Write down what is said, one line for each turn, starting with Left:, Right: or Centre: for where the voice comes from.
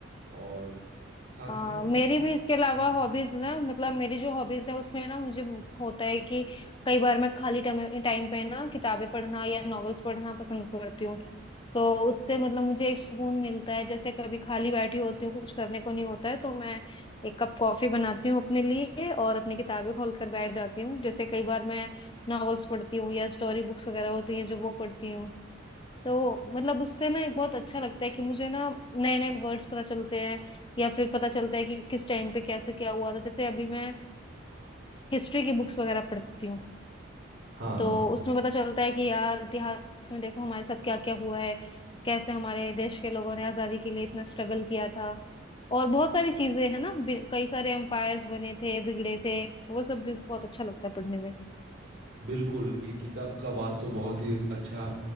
Right: और साथ
Left: आ,
Right: में मत-
Left: मेरी भी इसके अलावा
Right: हाँ
Left: हॉबीज ना मतलब मेरी जो हॉबीज है उसमें ना मुझे होता है कि कई बार मैं खाली टाइम टाइम पे ना किताबें पढ़ना या नॉवेल्स पढ़ना पसंद करती हूँ तो उससे मतलब मुझे एक सुकून मिलता है जैसे कभी खाली बैठी होती हूँ कुछ करने को नहीं होता है तो मैं एक कप कॉफी बनाती हूँ अपने लिए और अपनी किताबें खोल कर बैठ जाती हूँ जैसे कई बार मैं नॉवेल्स पढ़ती हूँ या स्टोरी बुक्स वगैरह होती हैं जो वो पढ़ती हूँ तो मतलब उससे ना एक बहुत अच्छा लगता है कि मुझे ना नए नए वर्ड्स पता चलते हैं या फिर पता चलता है कि किस टाइम पे कैसे क्या हुआ था जैसे अभी मैं हिस्ट्री की बुक्स वगैरह पढ़ती हूँ
Right: हाँ
Left: तो
Right: हाँ
Left: उसमें पता चलता है कि यार इतिहास में देखो हमारे साथ क्या क्या हुआ है कैसे हमारे देश के लोगों ने आजादी के लिए इतना स्ट्रगल किया था और बहुत सारी चीजें है ना बि- कई सारे एम्पायर्स बने थे बिगड़े थे वो सब भी बहुत अच्छा लगता है पढ़ने में
Right: बिल्कुल ये किताब का बात तो बहुत ही एक अच्छा